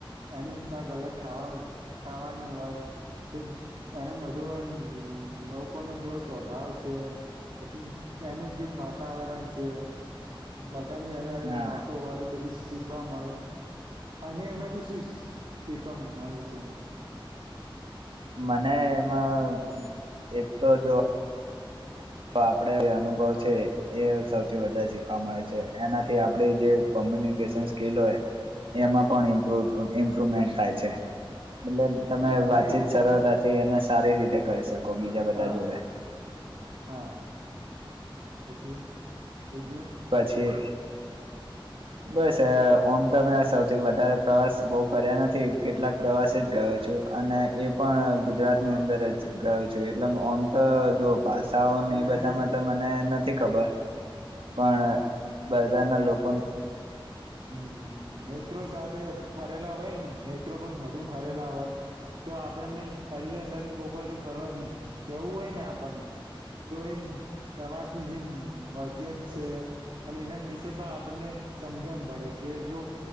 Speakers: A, on the right; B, on the right.
A: એનું કંક અલગ ખાવા ખાવાનું હોય. બ એના બધો એમ લોકોનો કેવો સ્વભાવ છે. પછી એનું જેવ વાતાવરણ છે. બધાની અલ અલ
B: હા
A: વાતો હોય બધી સ શીખવા મળે, અને એમાંથી શું શીખવા મળી છે?
B: <inaudible> મને એમાં એક તો જો તો આપડે જે અનુભવ છે એ સૌથી વધારે શીખવા મળે છે, એનાથી આપડી જે કોમ્યૂનિકેશન સ્કિલ હોય એમાં પણ ઈમ્પ્રોવ ઇમપ્રુવમેન્ટ થાય છે. એટલે તમે
A: ને પાછું
B: વાતચીત
A: એવું પણ
B: સરળતાથી અને
A: હા
B: સારી રીતે કરી શક કો બીજા બધા
A: હા
B: જોડે
A: હા પછી બીજું
B: પછી બસ એ ઓમ તમે સૌથી વધારે પ્રવાસ બહુ કર્યા નથી, કેટલાક પ્રવાસે જ ગયો છું અને એ પણ ગુજરાત દાત ની અંદર જ ગયો છુએ પેલા મા ઓમ
A: બરાબર
B: ત જોઓ ભાસાઓને
A: અને
B: એ બધામાં તો મને નથી ખબર પણ બધાના લોકોન
A: હમ નેત્રો સાથે ફરેલા હોય નેત્રો પણ વધુ ફરેલા હોય તો આપણને પરિવાર સાથે કોક વાર જો ફરવા જ જ જવું હોય ને આપણને તો એમ પ્રવાસ નું જેમ બજેટ છે અને એના વિશે પણ આપણને સમજણ પડે કે જો